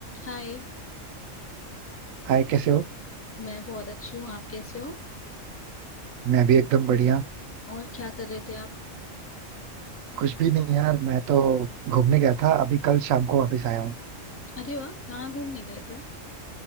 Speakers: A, on the left; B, on the right.
A: हाय
B: हाय कैसे हो
A: मैं बहुत अच्छी हूँ आप कैसे हो
B: मैं भी एकदम बढ़िया
A: और क्या कर रहे थे आप
B: कुछ भी नहीं यार मैं तो घूमने गया था अभी कल शाम को वापस आया हूँ
A: अरे वाह कहाँ घूमने गए थे